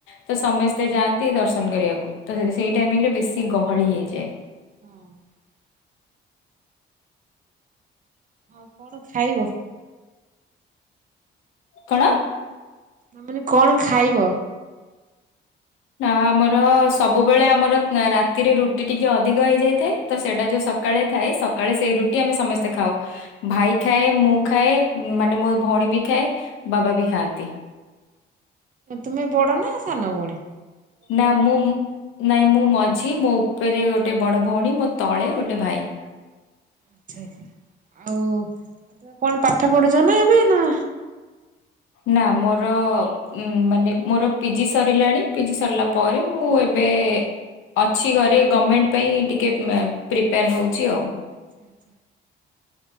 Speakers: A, on the left (about 90°); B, on the right (about 40°).
A: ତ ସମସ୍ତେ ଯାଆନ୍ତି ଦର୍ଶନ କରିବାକୁ ତ ସେଇ ଟାଇମିଂରେ ବେଶୀ ଗହଳି ହେଇଯାଏ।
B: <unintelligible> ଆଉ କଣ ଖାଇବ।
A: କଣ।
B: ମୁଁ କହିଲି କଣ ଖାଇବ।
A: ନା ଆମର ସବୁବେଳେ ଆମର ରାତିରେ ରୁଟି ଟିକେ ଅଧିକ ହେଇଯାଇଥାଏ ତ ସେଇଟା ଯୋଉ ସ। ସକାଳେ ଥାଏ ସକାଳେ ସେଇ ରୁଟି ଆମେ ସମସ୍ତେ ଖାଉ। ଭାଇ ଖାଏ ମୁଁ ଖାଏ ମାନେ ମୋ ଭଉଣୀ ବି ଖାଏ ବାବା ବି ଖାଆନ୍ତି।
B: ତୁମେ ବଡ ନା ସାନ ଭଉଣି।
A: ନା ମୁଁମ୍ ନାଇଁ ମୁଁ ମଝି ମୋ ଉପରେ ଗୋଟେ ବଡ଼ ଭଉଣୀ ମୋ ତଳେ ଗୋଟେ ଭାଇ।
B: ଆଛା-ଆଚ୍ଛା, ଆଉ ଆଚ୍ଛା କଣ ପାଠ ପଢୁଛ ନା ଏବେ ନା
A: ନା ମୋର ଉଁ ମାନେ ମୋର ପିଜି ସରିଲାଣି ପିଜି ସରିଲା ପରେ ମୁଁ ଏବେ ଅଛି ଘରେ ଗମେଣ୍ଟ ପାଇଁ ଟିକେ ପ୍ରିପେୟାର୍ ହଉଛି ଆଉ।
B: ଆଚ୍ଛା-ଆଚ୍ଛା।